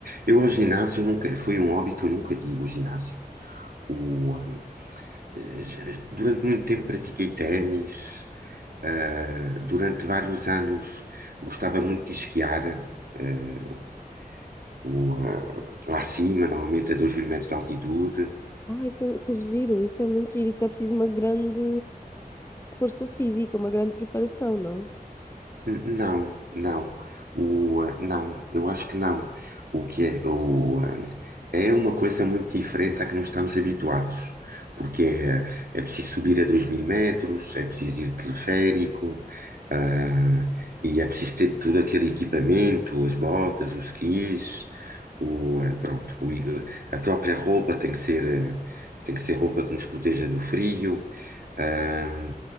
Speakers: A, on the right (about 70°); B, on the left (about 15°).
A: Eu ao ginásio nunca, foi um hobby que eu nunca tive, o ginásio. O, hum, eh, j- durante muito tempo pratiquei ténis, ah, durante vários anos gostava muito de esquiar, ah, o, ah, lá acima, normalmente a 2 mil metros de altitude.
B: Ai, que, que giro, isso é muito giro. Isso é preciso uma grande força física, uma grande preparação, não?
A: N- Não, não. O, eh, não, eu acho que não. O que é, o, eh, é uma coisa muito diferente à que não estamos habituados, porque é, é preciso subir a 2 mil metros, é preciso ir de teleférico, ah, e é preciso ter todo aquele equipamento, as botas, os skis, o, eh, pronto, o i- a própria roupa tem que ser, eh, tem que ser roupa que nos proteja do frio. ah,